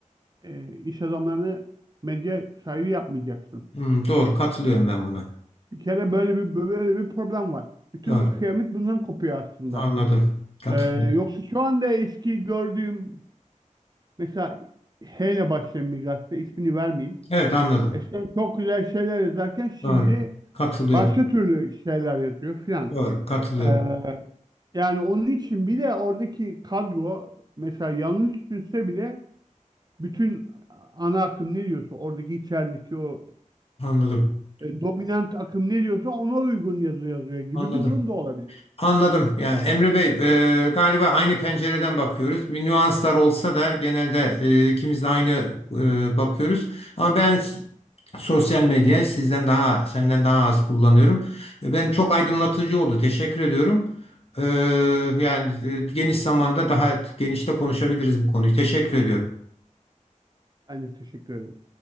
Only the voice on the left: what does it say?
Hmm, doğru katılıyorum ben buna.
Doğru.
Anladım. Katılıyorum.
Evet anladım.
Doğru. Katılıyorum.
Doğru. Katılıyorum.
Anladım.
Anladım.
Anladım. Yani Emre Bey, e, galiba aynı pencereden bakıyoruz. Bir nüanslar olsa da genelde e, ikimiz de aynı e, bakıyoruz. Ama ben s- sosyal medyayı sizden daha, senden daha az kullanıyorum. E, Ben çok aydınlatıcı oldu. Teşekkür ediyorum. E, yani e, geniş zamanda daha genişte konuşabiliriz bu konuyu. Teşekkür ediyorum.